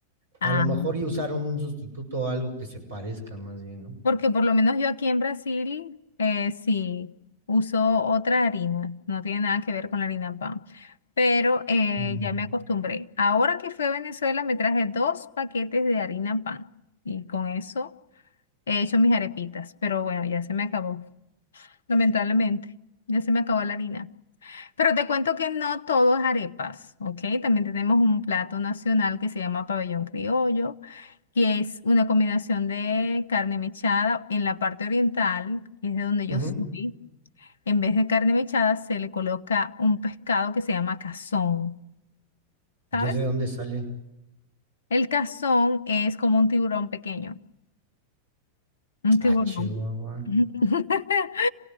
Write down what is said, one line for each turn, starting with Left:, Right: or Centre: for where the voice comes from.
Left: Ah.
Right: A lo mejor y usaron un sustituto o algo que se parezca más bien, ¿no?
Left: Porque por lo menos yo aquí en Brasil eh, sí uso otra harina, no tiene nada que ver con la harina pan, pero eh,
Right: Ujú.
Left: ya me acostumbré. Ahora que fui a Venezuela me traje dos paquetes de harina pan y con eso he hecho mis arepitas, pero bueno, ya se me acabó, lamentablemente, ya se me acabó la harina. Pero te cuento que no todo es arepas, ¿ok? También tenemos un plato nacional que se llama pabellón criollo que es una combinación de carne mechada en la parte oriental, que es de donde
Right: Ujú.
Left: yo soy. En vez de carne mechada se le coloca un pescado que se llama cazón,
Right: ¿Y
Left: ¿sabes?
Right: ese de dónde sale?
Left: El cazón es como un tiburón pequeño, un
Right: Ah,
Left: tiburón.
Right: Chihuahua.
Left: <laughs>